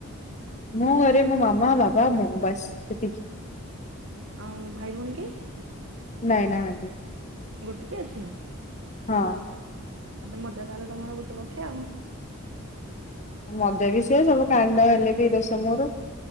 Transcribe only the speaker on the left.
ମୋ ଘରେ ମୋ, ମାମା, ବାବା, ମୁଁ ବାସ୍ ଏତିକି।
ନାଇଁ ନାହାନ୍ତି।
ହଁ।
ମଜା ବି ସେ ସବୁ କାଣ୍ଡ ହେଲେ ବି ଦୋଷ ମରୋ